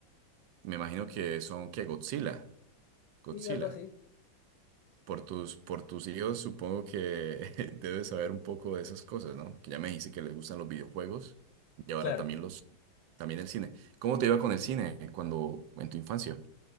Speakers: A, on the right (about 80°); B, on the left (about 75°).
A: Me imagino que son, que Godzilla. Godzilla.
B: Sí, algo así.
A: Por tus, por tus hijos, supongo que <laughs> debes saber un poco de esas cosas, ¿no? Que ya me dijiste que les gustan los videojuegos y ahora
B: Claro.
A: también los, también el cine. ¿Cómo te iba con el cine cuando, en tu infancia?